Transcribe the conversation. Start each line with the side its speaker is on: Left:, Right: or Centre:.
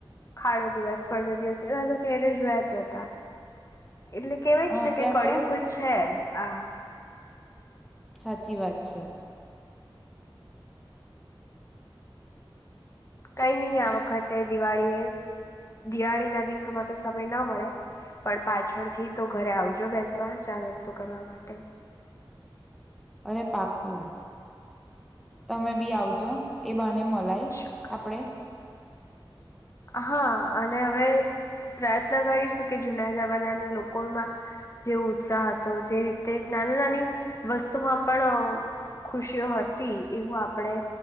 Left: ખાડો દિવસ પડતા દિવસ એવા તો ક્યારે જોયા જ નહોતા એટલે કેવાય
Centre: અને
Left: જ ને
Centre: અત્યાર
Left: કે કળિુગ
Centre: તો
Left: જ છે. આ
Centre: સાચી વાત છે.
Left: કઈ નહી આ વખતે દિવાળી એ દિવાળી ના દિવસોમાં તો સમય ન મળે પણ પાછળથી તો ઘરે આવજો બેસવા ચા નાસ્તો કરવા માટે
Centre: અરે પાકું તમે બી આવજો એ બા અને મલાઈ
Left: ચોક્કસ
Centre: આપણેે
Left: હા અને હવે પ્રયત્ન કરીશું કે જુના જમાનાના લોકોમાં જેવ ઉત્સાહ હતો જે રીતે નાની નાની વસ્તુમાં પણ ખુશીઓ હતી એવું આપણેે